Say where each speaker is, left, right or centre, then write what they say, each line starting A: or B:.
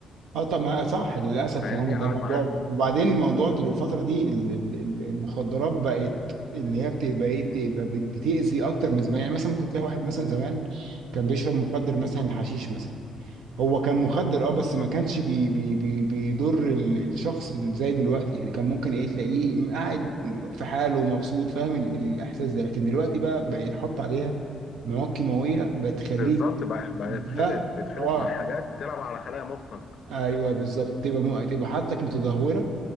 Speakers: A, on the right (about 80°); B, on the left (about 60°).
A: اه طب ما صح للاسف
B: فاهمني
A: يعني ده
B: قعد
A: موضوع
B: معانا
A: وبعدين الموضوع دل- الفتره دي ال- ال- ال- المخدرات بقت اللي هي بتبقى ايه بتبقى بت- بتاذي اكتر من زمان يعني مثلا ممكن تلاقي واحد مثلا زمان كان بيشرب مخدر مثلا حشيش مثلا هو كان مخدر اه بس
B: بالظبط
A: ما كانش بي بي بي بيضر ال- الشخص زي دلوقتي يعني كان ممكن ايه تلاقيه قاعد في حاله مبسوط فاهم ال- الاحساس ده لكن دلوقتي بقى بقى يتحط عليها مواد كيماويه بتخليك
B: بالظبط بقى بقى
A: ده
B: يتخلط بيتخلط
A: اه
B: مع حاجات بتلعب على خلايا مخك
A: ايوه بالظبط تبقى م- تبقى حالتك متدهوره